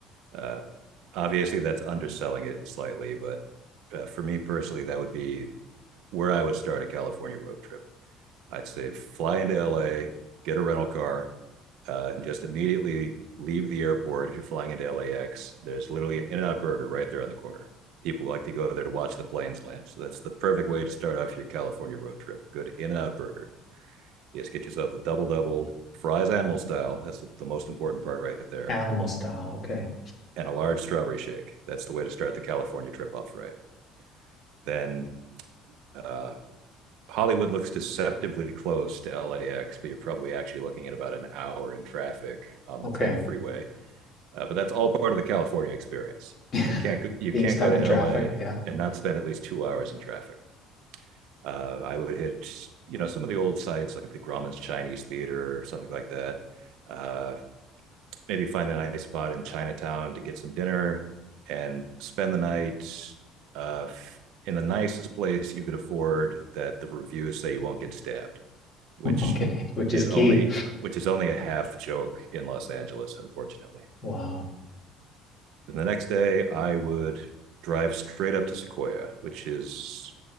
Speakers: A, on the right; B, on the left.
A: Uh, obviously, that's underselling it slightly, but uh, for me personally, that would be where I would start a California road trip. I'd say fly into LA, get a rental car, uh, and just immediately leave the airport. If you're flying into LAX, there's literally an In N Out burger right there on the corner. People like to go there to watch the planes land. So that's the perfect way to start off your California road trip. Good In N Out burger. Yes, get yourself a double double, fries animal style. That's the, the most important part right there.
B: Animal style, okay.
A: and a large strawberry shake. That's the way to start the California trip off right. Then uh, Hollywood looks deceptively close to LAX, but you're probably actually looking at about an hour in traffic on the
B: Okay.
A: 10 freeway. Uh, but that's all part of the California experience.
B: <laughs>
A: You can't go, you
B: Being
A: can't
B: stuck
A: go to
B: in traffic,
A: LA
B: yeah.
A: and not spend at least two hours in traffic. Uh, I would hit you know some of the old sites like the Grauman's Chinese Theater or something like that. Uh, maybe find a nice spot in Chinatown to get some dinner and spend the night uh, in the nicest place you could afford that the reviews say you won't get stabbed, which
B: Okay, which
A: is
B: is key.
A: only which is only a half joke in Los Angeles, unfortunately.
B: Wow.
A: Then the next day, I would drive straight up to Sequoia, which is,